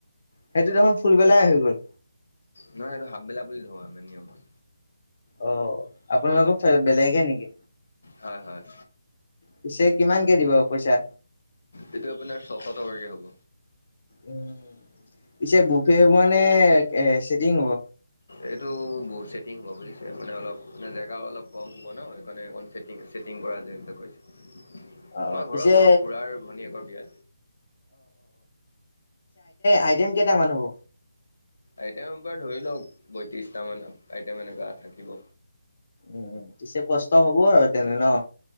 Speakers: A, on the left; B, on the left.
A: সেইটো দেখোন ফুলবেলাই আহি গ'ল।
B: নহয় এইটো হাপবেলা বুলি ধৰো আমি নিয়মত।
A: অ আপোনালোকৰ বেলেগে নেকি?
B: হয়, হয়।
A: পিছে কিমানকে দিব পইচা?
B: এইটো আপোনাৰ ছশ টকাকে হ'ব।
A: উম, পিছে বুফে হ'ব নে চিটিং হ'ব?
B: এইটো বহুত ছেটিং হ'ব বুজিছে মানে অলপ মানে জেগাও অলপ কম হ'ব ন সেইকাৰণে অকণ চেটিং ছেটিং কৰা যায় হেনেকুৱা কৈছে।
A: অ
B: তোমাৰ
A: পিছে
B: ঘৰৰ আছে আমাৰ খুৰাাৰ আৰু ভনীয়েকৰ বিয়া।
A: আইটম কেইটামান হ'ব।
B: আইটেমৰপ ধৰি লওক বয়ত্ৰিছটামান আইটেম এনেকুৱা থাকিব।
A: উম, পিছে কষ্ট হ'ব আৰু তেনে ন।